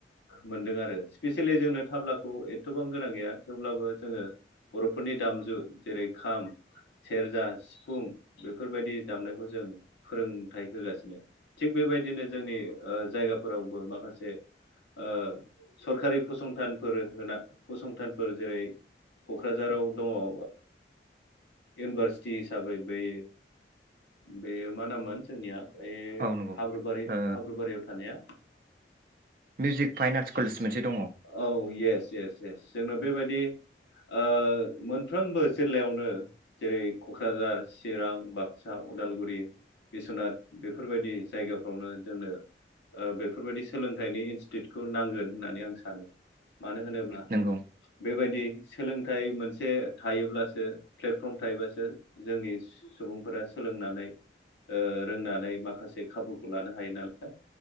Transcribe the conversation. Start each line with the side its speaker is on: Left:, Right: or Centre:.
Left: मोनदों आरो स्पेसियेलि जोंनो थाब्लाखौ एथ'बां गोनां गैया थेवब्लाबो जोङो बर'फोरनि दामजु जेरै खाम सेरजा सिफुं बेफोरबायदि दामनायखौ जों फोरोंथाइ होगासिनो थिग बेबायदिनो जोंनि ओ जायगाफोरावबो माखासे ओ सरखारि फसंथानफोर होना फसंथानफोर जेरै क'क्राझाराव दङ ओ इउनिभारसिटि हिसाबै बै बे मा नाममोन जोंनिया ए
Right: औ नंगौ
Left: हाब्रुबारि
Right: ओ
Left: हाब्रुबारियाव थानाया
Right: मिउजिक फाइन आर्टस कलेज मोनसे दङ
Left: औ येस येस जोंनो बेबायदि ओ मोनफ्रोमबो जिल्लायावनो जेरै क'क्राझार चिरां बाक्सा उदालगुरि बिस्वनाथ बेफोरबायदि जायगाफ्रावनो जोंनो ओ बेफोरबायदि सोलोंथाइनि इनस्टिटिउटखौ नांगोन होननानै आं सानो सानो मानो होनोब्ला
Right: नंगौ
Left: बेबायदि सोलोंथाइ मोनसे थायोब्लासो प्लेटफर्म थायोब्लासो जोंनि सुबुंफोरा सोलोंनानै ओ रोंनानै माखासे खाबुखौ लानो हायो नालाय